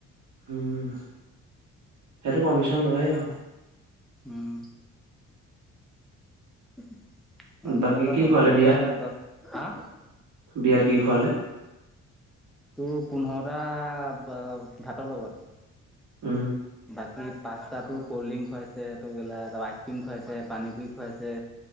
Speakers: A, on the right; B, in the centre.
A: উম, সেইটো কমিশন লয়ে আৰু।
B: হুম, উম <unintelligible> আমি
A: বাকী
B: অলপ
A: কি
B: দহটা
A: খোৱালে
B: বজাতে
A: বিয়াত
B: দহ হাহ।
A: বিয়াত কি খোৱালে?
B: তোৰ পোন্ধৰটা ভাতৰ লগত।
A: উম,
B: বাকী পাস্তা ক'ল্ড ড্ৰিংক খুৱাইছে ত কেলা টো কেলা আইচ ক্ৰীম খুৱাইছে পানী পুৰি খুৱাইছে।